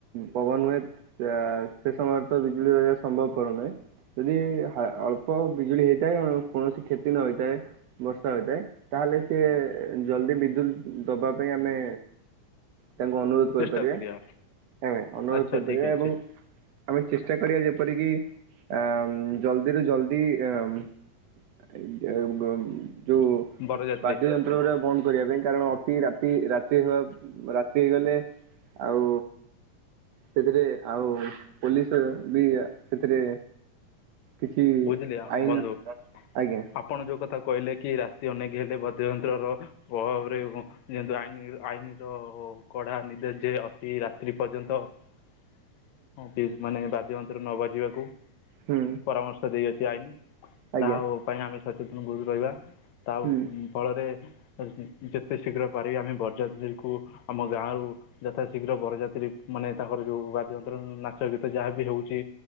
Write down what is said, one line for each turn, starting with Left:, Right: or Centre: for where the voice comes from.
Right: ପବନ ହୁଏ ଆ ସେ ସମୟରେ ତ ବିଜୁଳି ରହିବା ସମ୍ଭବ ପର ନୁହେଁ। ଯଦି ହା ଅଳ୍ପ ବିଜୁଳି ହେଇଥାଏ କୌଣସି କ୍ଷତି ନ ହେଇଥାଏ। ବର୍ଷା ହୋଇଥାଏ ତାହେଲେ ସିଏ ଜଲ୍ଦି ବିଦ୍ୟୁତ୍ ଦବା ପାଇଁ ଆମେ ତାଙ୍କୁ ଅନୁରୋଧ କରିପାରିବେ
Left: ଚେଷ୍ଟା କରିବା
Right: ଆମେ ଅନୁରୋଧ
Left: ଆଚ୍ଛା
Right: କରିପାରିବା
Left: ଠିକ୍ ଅଛି
Right: ଏବଂ ଆମେ ଚେଷ୍ଟା କରିବା ଯେପରିକି ଆଁ ଜଲଦିରୁୁ ଜଲଦି <unintelligible> ଯଉ
Left: ବରଯାତ୍ରୀ
Right: ବାଦ୍ୟ ଯ ଗୋରା ବନ୍ଦ କରିବା ପାଇଁ କାରଣ ଅତି ରାତି ରାତି ହ ରାତି ହେଇଗଲେ। ଆଉ ସେଥିରେ ଆଉ ପୋଲିସ ବି ସେଥିରେ କିଛି
Left: ବୁଝିଲି ଆ
Right: ଆଇନ
Left: ବନ୍ଧୁ
Right: ଆଜ୍ଞା
Left: ଆପଣ ଯୋଉ କଥା କହିଲେ କି ରାତି ଅନେକ ହେଲେ ନ୍ତ୍ରର ପ୍ରଭାବରେ ବ ଯେହେତୁ ଆଇନ ଆଇନର ହ କଢା ନିର୍ଦ୍ଦେଶ ଯେ ଅତି ରାତ୍ରି ପର୍ଯ୍ୟନ୍ତ ଅ ହୁଁ ମାନେ ବାଦ୍ୟ ଯନ୍ତ୍ର ନ ବାଜିବାକୁ
Right: ହୁଁ।
Left: ପରାମର୍ଶ ଦେଇଅଛି ଆଇନ
Right: ଆଜ୍ଞା
Left: ତାହା ପାଇଁ ଆମେ ସଚେତନ ବୁତ ରହିବା ତା
Right: ହୁଁ
Left: ଉ ଫଳରେ ଯେ ଯେତେ ଶୀଘ୍ର ପାରିବା ଆମେ <unintelligible> ଆମ ଗାଁରୁ ଯଥା ଶୀଘ୍ର ବରଯାତ୍ରୀ ମାନେ ତାଙ୍କର ଯୋଉ ବାଦ୍ୟଯନ୍ତ୍ର ନାଚ ଗୀତ ଯାହାବି ହଉଛି।